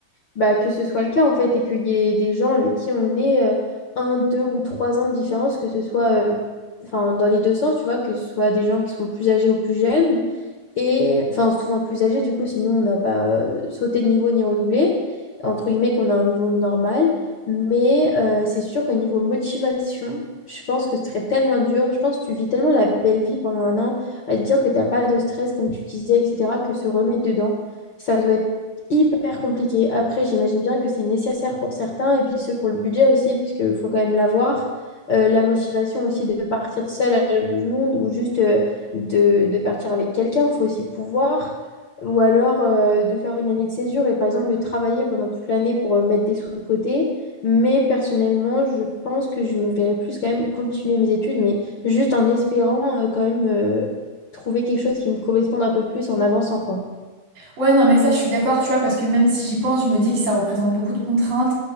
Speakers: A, on the left; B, on the right.
A: bah, que ce soit le cas en fait et qu'il y ait des gens avec qui on est euh, un, deux ou trois ans de différence, que ce soit euh, enfin, dans les deux sens, tu vois, que ce soit des gens qui sont plus âgés ou plus jeunes et enfin souvent plus âgés du coup sinon on n'a pas euh, sauté de niveau ni redoublé entre guillemets qu'on a un niveau normal mais euh, c'est sûr que niveau motivation je pense que ce serait tellement dur je pense que tu vis tellement la belle vie pendant un an à te dire que t'as pas de stress comme tu disais etc que se remettre dedans ça doit être super compliqué. Après, j'imagine bien que c'est nécessaire pour certains et puis ceux qui ont le budget aussi, puisqu'il faut quand même l'avoir. Euh, la motivation aussi de partir seul à l'autre bout du monde ou juste euh, de, de partir avec quelqu'un, il faut aussi pouvoir. Ou alors euh, de faire une année de césure et par exemple de travailler pendant toute l'année pour euh, mettre des sous de côté. Mais personnellement, je pense que je me verrais plus quand même continuer mes études, mais juste en espérant euh, quand même euh, trouver quelque chose qui me corresponde un peu plus en avançant, quoi.
B: Ouais, non, mais ça, je suis d'accord, tu vois, parce que même si j'y pense, je me dis que ça représente beaucoup de contraintes